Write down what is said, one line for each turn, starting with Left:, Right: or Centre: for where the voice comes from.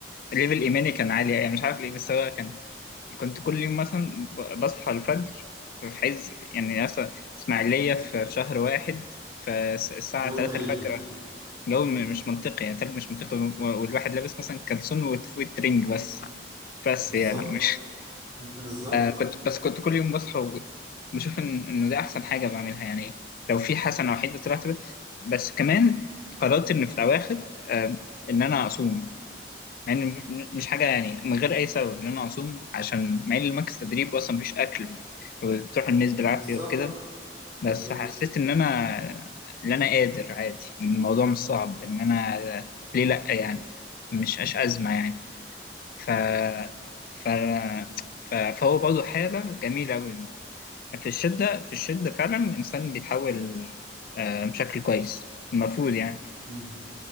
Left: ليفل إيماني كان عالي يعني مش عارف ليه بس هو كان كنت كل يوم مثلا ب- بصحى الفجر في عز يعني مثلا إسماعيلية في في شهر واحد فالساعة
Right: جو
Left: 3
Right: تلج
Left: الفجر جو م- مش منطقي يعني تلج مش منطقي و- والواحد لابس مثلا كلسون وت- وترنج بس بس
Right: بالظبط
Left: يعني
Right: <laughs> بالظبط
Left: آه كنت بس كنت كل يوم بصحى وبشوف إن إنه ده أحسن حاجة بعملها يعني لو في حسنة وحيدة طلعت ب- بس كمان قررت إن في الأواخر آه إن أنا أصوم مع إن م- مش حاجة يعني من غير أي سبب إن أنا أصوم عشان مع إن الماكس تدريب وأصلا مفيش أكل وبتروح الناس بالعافية
Right: بالظبط
Left: وكده بس
Right: بالظبط
Left: حسيت إن أنا إن أنا قادر عادي إن الموضوع مش صعب إن أنا ليه لأ يعني مش أش أزمة يعني ف ف ف- فهو برضه حالة جميلة أوي في الشدة في الشدة فعلا الإنسان بيتحول آه، بشكل كويس المفروض يعني
Right: مم.